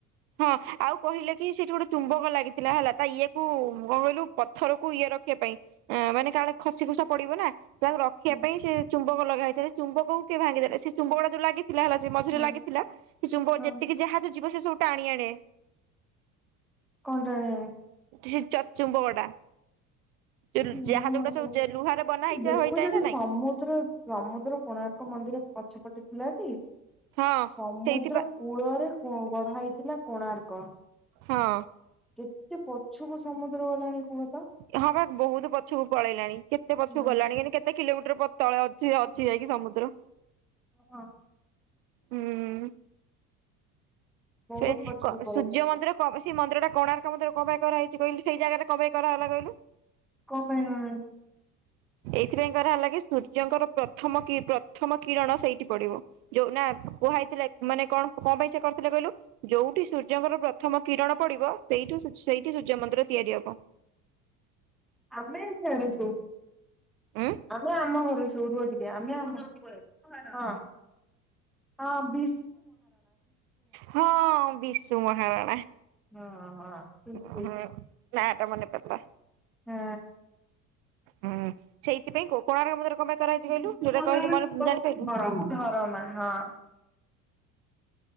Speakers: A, on the right; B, in the centre.
A: ହଁ ଆଉ କହିଲେ କି ସେଇଠି ଗୋଟେ ତୁମ୍ବକ ଲାଗିଥିଲା ହେଲା ତା ଇଏ କୁ କଣ କହିଲୁ ପଥରକୁ ଇଏ ରଖିବା ପାଇଁ। ଆ ମାନେ କାଳେ ଖସି ଖୁସ ପଡିବ ନା। ତାକୁ ରଖିବା
B: ହୁଁ
A: ପାଇଁ ସେ ଚୁମ୍ବକ ଲଗାହେଇଥିଲା ଚୁମ୍ବକ କୁ କିଏ ଭାଙ୍ଗି ଦେଲେ ସେ ଚୁମ୍ବକ ଟା ଯୋଉ ଲାଗିଥିଲା ହେଲା। ଯେ ମଝିରେ
B: ହୁଁ
A: ଲାଗିଥିଲା ସେ ଚୁମ୍ବକ
B: ହଁ।
A: ଯେତିକି ଜାହାଜ ଯିବ ସେ ସବୁ ଟାଣି ଆଣେ।
B: କଣ ଟାଣି ଅଣେ?
A: ସେ ଚ ଚୁମ୍ବକଟା। ଯୋଉ
B: ହଁ
A: ଜାହାଜ ଗୁଡା
B: ତ
A: ସବୁ ଲୁହାରେ ବନା ହେଇ
B: ଦେଖୁଛ
A: ହୋଇଥାଏ
B: ଟି
A: ନା
B: ସମୁଦ୍ର
A: ନାଇଁ
B: ସମୁଦ୍ର କୋଣାର୍କ ମନ୍ଦିର ପଛପଟେ ଥିଲା ଟି
A: ହଁ
B: ସମୁଦ୍ର
A: ସେଇଥିପାଇଁ
B: କୂଳରେ କୋ ଗଢା ହେଇଥିଲା କୋଣାର୍କ।
A: ହଁ।
B: କେତେ ପଛୁକୁ ସମୁଦ୍ର ଗଲାଣି କୁହତ।
A: ହଁ ବା ବହୁତ ପଛକୁ ପଳେଇଲାଣି କେତେ ପଛକୁ
B: ହୁଁ।
A: ଗଲାଣି କିନ୍ତୁ କେ କେତେ କିଲୋମିଟର ପତଳ ଅଛି ଅଛି ଯାଇକି ସମୁଦ୍ର।
B: ହଁ।
A: ହମ୍।
B: ବହୁତ
A: ସେ
B: ପଛକୁ
A: କ
B: ପଳେଇଲା।
A: ସୂର୍ଯ୍ୟ ମନ୍ଦିର କ ପାଇଁ? ସେଇ ମନ୍ଦିର ଟା କୋଣାର୍କ ମନ୍ଦିର କଣ ପାଇଁ କରା ହେଇଛି କହିଲୁ ସେଇ ଜାଗାରେ କଣ ପାଇଁ କରାହେଲା କହିଲୁ?
B: କଣ ପାଇଁ। <unintelligible>
A: ଏଇଥିପାଇଁ କରାହେଲା କି ସୂର୍ଯ୍ୟଙ୍କର ପ୍ରଥମ କି ପ୍ରଥମ କିରଣ ସେଇଠି ପଡିବ। ଯୋଉ ନା କୁହା ହେଇଥିଲା ମାନେ କଣ କଣ ପାଇଁ ସେ କରିଥିଲେ କହିଲୁ? ଯୋଉଠି ସୂର୍ଯ୍ୟଙ୍କର ପ୍ରଥମ କିରଣ ପଡିବ ସେଇଠୁ ସେଇଠି ସୂର୍ଯ୍ୟ ମନ୍ଦିର ତିଆରି ହବ।
B: ଆମେ ସିଆଡେ ସୋଉ।
A: ଉଁ
B: ଆମେ ଆମ ଘରେ ସୋଉ ରୁହ ଟିକେ ଆମେ ଆମ ହଁ ହଁ ଭି
A: ହଁ ବିଶୁ ମହାରଣା।
B: ହଁ ହଁ। ଠିକ
A: ହୁଁ
B: ଠିକ।
A: ହୁଁ ନା ଟା ମନେପଡ଼ିଲା।
B: ହଁ।
A: ହୁଁ ସେଇଥିପାଇଁ କୋ କୋଣାର୍କ ମନ୍ଦିର କଣ ପାଇଁ କରାଯାଇଛି କହିଲୁ
B: ବିଶୁ
A: ଯୋଉଟା
B: ମହାରଣା
A: କହିଲୁ ମର
B: ପୁଅ ହଉଛି
A: ଜାଣିପାଇଲୁ।
B: ଧରମା। ଧରମା ହଁ।